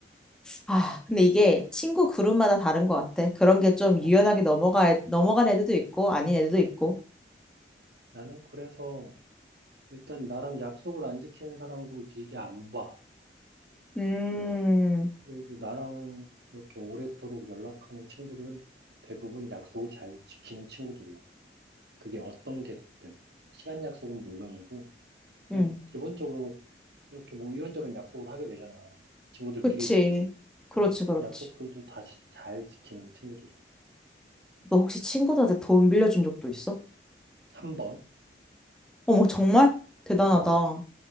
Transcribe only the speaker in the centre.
아, 근데 이게 친구 그룹마다 다른 것 같아. 그런 게 좀 유연하게
넘어가, 넘어간 애들도 있고, 아닌 애들도 있고.
음,
음,
그치.
그렇지,
그렇지.
너 혹시 친구들한테 돈 빌려준 적도 있어?
어머, 정말? 대단하다.
어,